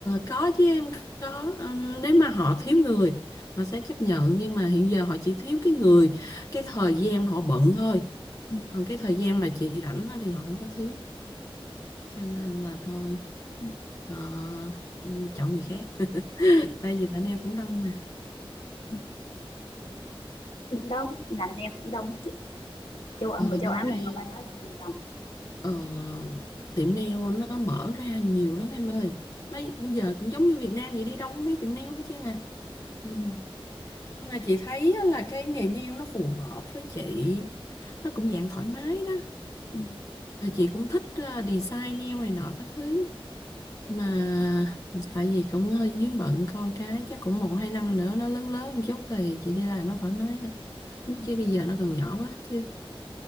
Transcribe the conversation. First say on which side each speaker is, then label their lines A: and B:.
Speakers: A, on the left (about 35°); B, on the left (about 70°).
A: có chứ em có Ừm, nếu mà họ thiếu người họ sẽ chấp nhận nhưng mà hiện giờ họ chỉ thiếu cái người cái thời gian họ bận thôi
B: ừ.
A: còn cái thời gian mà chị rảnh á thì họ không có thiếu cho nên là thôi
B: ừ,
A: ờ, ừm, chọn người khác <laughs> tại vì thằng em cũng đông mà
B: ừ. cũng đông làm nem cũng đông hả chị châu Á
A: ừ,
B: người châu
A: bên
B: Á
A: đây
B: mình mà phải nói là người đông
A: Ờ, tiệm nail nó mở ra nhiều lắm em ơi nó giờ cũng giống như Việt Nam vậy đi đâu cũng thấy tiệm nail hết chứ à ừ. nhưng mà chị thấy á là cái nghề nail nó phù hợp với chị nó cũng dạng thoải mái đó
B: ừ.
A: Ờ, chị cũng thích ờ, design nail này nọ các thứ mà tại vì cũng hơi vướng bận con cái chắc cũng một hai năm nữa nó lớn lớn một chút về chị đi làm nó thoải mái hơn
B: ừ.
A: chứ bây giờ nó còn nhỏ quá chứ